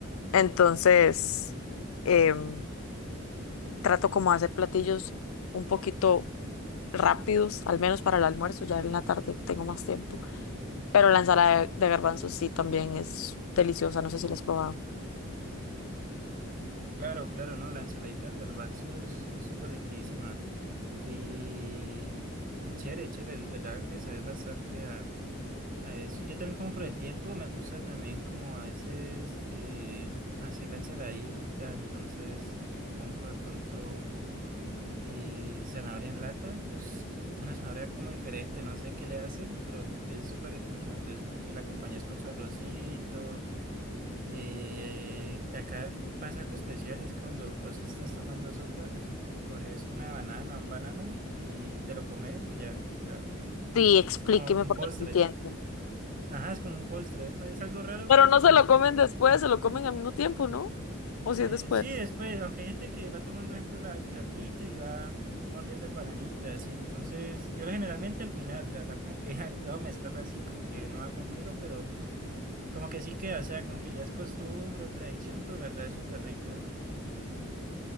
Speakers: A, on the left; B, on the right.
A: Entonces, em, trato como de hacer platillos un poquito rápidos, al menos para el almuerzo, ya en la tarde tengo más tiempo. Pero la ensalada de, de garbanzos sí también es deliciosa, no sé si la has probado.
B: Claro, claro, no, la ensaladita del garbanzo es es súper riquísima. Y, y chévere, chévere, el verdad le sabes bastante a, a eso. Y yo también como por el tiempo, me gusta también como a veces eh, hacer la ensaladita, entonces compro de pronto eh, zanahoria en lata. us- una zanahoria como diferente, no sé qué le hacen, pero es súper riquísima, entonces como que la acompañas con su arrocito. Eh, acá pasa algo especial, es cuando vos estás tomando sopa, <laughs> coges una banana, un banano y te lo comes y ya, o sea,
A: Sí, explíqueme
B: es como un
A: porque
B: postre.
A: no entiendo.
B: Ajá, es como un postre, es algo raro,
A: Pero
B: pero
A: no
B: pues
A: se lo comen después, se lo comen al mismo tiempo, ¿no? O
B: eh,
A: si es después.
B: sí, después, aunque hay gente que va tomando, ejemplo, la- el caldito y va mordiendo el bananito, así, entonces yo generalmente al final, la verdad como que <laughs> al, al mezclarlo así como que no va conmigo, pero como que sí queda, o sea, como que ya es costumbre o tradición, pero la verdad es súper rico.